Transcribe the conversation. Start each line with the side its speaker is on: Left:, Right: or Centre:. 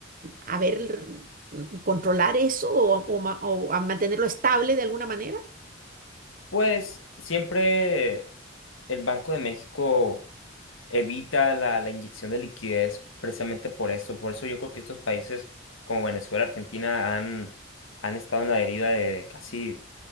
Right: haber mm, controlar eso o, o ma- o a mantenerlo estable de alguna manera?
Left: Pues siempre el Banco de México evita la, la inyección de liquidez precisamente por esto. Por eso yo creo que estos países como Venezuela, Argentina han, han estado en la deriva de casi